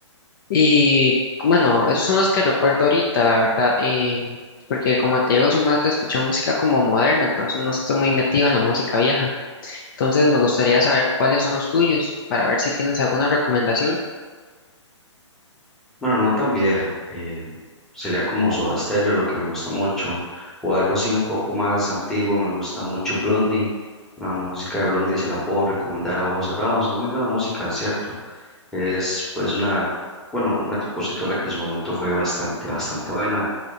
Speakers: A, on the left (about 45°); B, in the centre.
A: Y bueno, esos son los que recuerdo ahorita, la verdad, em, porque como te digo, soy más de escuchar música como moderna, entonces no estoy muy metido en la música vieja. Entonces me gustaría saber cuáles son los tuyos para ver si tienes alguna recomendación.
B: Bueno, no tan vieja. eh, sería como Soda Stereo, lo que me gusta mucho. O algo así un poco más antiguo. Me gusta mucho Blondie. La música de Blondie se la puedo recomendar a ojos cerrados. Es muy buena música, ¿cierto? Es pues una, bueno, una compositora que en su momento fue bastante, bastante buena.